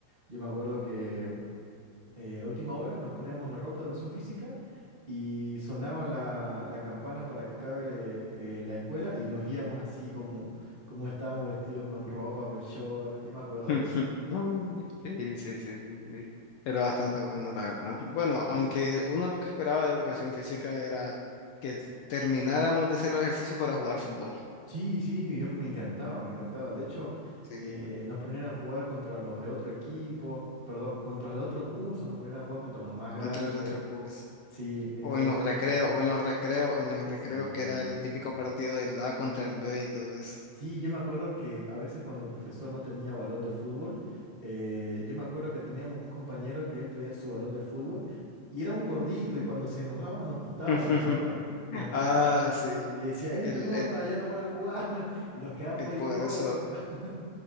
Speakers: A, on the right; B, on the left.
A: yo me acuerdo que eh, a la última hora nos poníamos la ropa de educación física y sonaba la, la campana para que acabe eh, la escuela y nos íbamos así como, como estábamos vestidos con ropa, con short. Yo me acuerdo
B: <laughs>
A: de eso.
B: Sí, sí, sí, sí, sí. Era bastante bueno, la verdad. Bueno,
A: Ujú.
B: aunque uno lo que esperaba de educación física era que termináramos de hacer los ejercicios para jugar fútbol.
A: Sí, sí, yo me encantaba, me encantaba. De hecho,
B: Sí,
A: eh, nos ponían a jugar contra los de otro equipo, perdón, contra los de otro curso, nos ponían a jugar contra los más
B: contra
A: grandes.
B: el otro curso.
A: Sí, eh,
B: O
A: podíamos
B: en los recreos,
A: jugar.
B: o en los recreos, en los recreos
A: Sí.
B: que era el típico partido del A contra el B y todo eso.
A: Sí, yo me acuerdo que a veces cuando el profesor no tenía balón de fútbol, eh, yo me acuerdo que teníamos un compañero que él traía su balón de fútbol y era un gordito y cuando se enojaba nos quitaba
B: <laughs>
A: la pelota, nos quitaba
B: Ah, sí,
A: y decía, es mi
B: el,
A: pelota,
B: el,
A: ya no van a jugar <laughs> y nos quedamos
B: el
A: ahí
B: poderoso,
A: todos, <laughs>